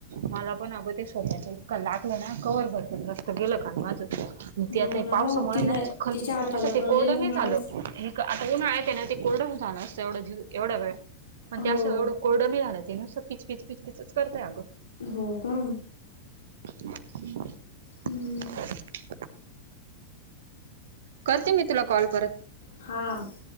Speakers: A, on the right; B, on the left.
A: मला पण अगं ते सोफ्याच इतक लागलं ना कवर भरपण रक्त गेलं काल माझं. न ते
B: हो
A: आता
B: ना
A: पावसामुळे
B: हो तिनं
A: आहे ना, चीखल
B: तिच्या हाताला
A: असं ते
B: पण
A: कोरड
B: लय
A: नाही
B: मुंगाडच
A: झालं हे. आता उन्हाळ्यात हेना ते कोरडं झाला असतं एवढं एवढा वेळ‌. पण
B: हो
A: ते असं एवढं कोरड नाही झालं ते नुसं पिचपिच पिचपिच करतय अगं.
B: हो का.
A: <inaudible>
B: हम्म.
A: <inaudible> करते मी तुला कॉल परत.
B: हां.